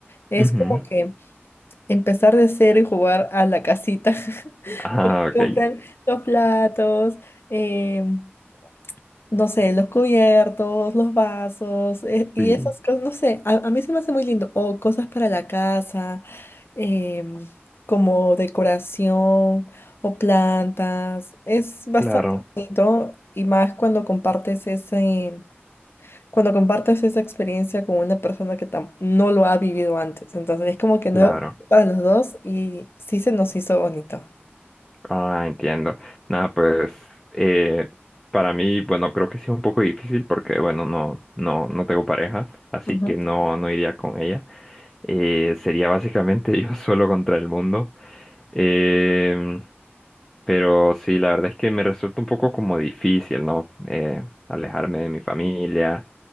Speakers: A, on the left; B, in the centre.
A: es
B: Ujú.
A: como que empezar de cero y jugar a la casita, <laughs>
B: Ah,
A: porque
B: ok.
A: compran los platos. em, no sé, los cubiertos, los vasos, eh, y
B: Sí,
A: esas cosas, no sé, a, a mí se me hace muy lindo. O cosas para la casa, em, como decoración o plantas. Es bastante
B: claro,
A: bonito y más cuando compartes ese, cuando compartes esa experiencia con una persona que tam- no lo ha vivido antes. Entonces es como que no
B: claro.
A: para los dos y sí se nos hizo bonito.
B: Ah, entiendo. Nada, pues eh, para mí, bueno, creo que sí es un poco difícil porque, bueno, no, no, no tengo pareja, así
A: Ujú.
B: que no, no iría con ella. Eh, sería básicamente <laughs> yo solo contra el mundo. Em, pero sí, la verdad es que me resulta un poco como difícil, ¿no? Eh, alejarme de mi familia.